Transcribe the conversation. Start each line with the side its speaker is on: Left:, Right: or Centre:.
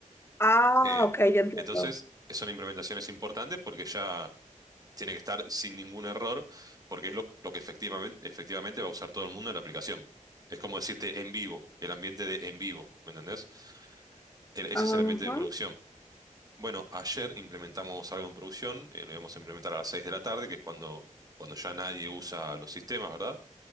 Left: Ah,
Right: Eh,
Left: ok, ya entiendo.
Right: entonces, son implementaciones importantes porque ya tiene que estar sin ningún error, porque es lo, lo que efectivamente, efectivamente va a usar todo el mundo en la aplicación. Es como decirte en vivo, el ambiente de en vivo, ¿me entendés? El- ese
Left: Ajá.
Right: es el ambiente de producción. Bueno, ayer implementamos algo en producción, eh, lo íbamos a implementar a las 6 de la tarde, que es cuando, cuando ya nadie usa los sistemas, ¿verdad?